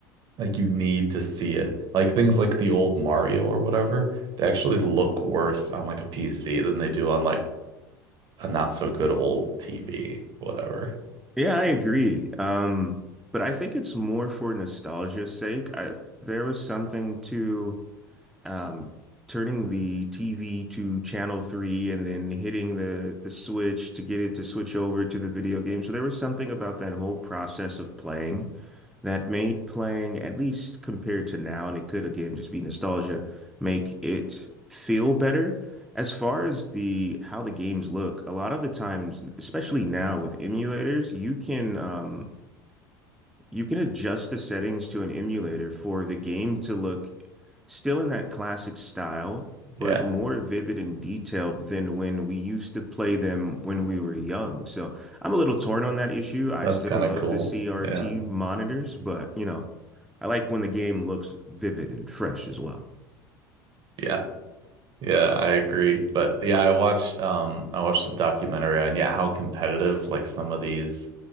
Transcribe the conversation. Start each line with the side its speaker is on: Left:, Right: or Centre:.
Right: Like you need to see it. Like things like the old Mario or whatever, they actually look worse on like a PC than they do on like a not so good old TV, whatever.
Centre: Yeah, I agree. Um, but I think it's more for nostalgia's sake. I, there was something to um, turning the TV to channel three and then hitting the the switch to get it to switch over to the video game. So there was something about that whole process of playing that made playing, at least compared to now, and it could again just be nostalgia, make it feel better. As far as the how the games look, a lot of the times, especially now with emulators, you can um you can adjust the settings to an emulator for the game to look still in that classic style,
Right: Yeah,
Centre: but more vivid and detailed than when we used to play them when we were young. So I'm a little torn on that issue. I
Right: that's
Centre: still
Right: kind
Centre: love
Right: of cool.
Centre: the CRT
Right: Yeah.
Centre: monitors, but you know, I like when the game looks vivid and fresh as well.
Right: Yeah. Yeah, I agree. But yeah, I watched um I watched a documentary on yeah, how competitive like some of these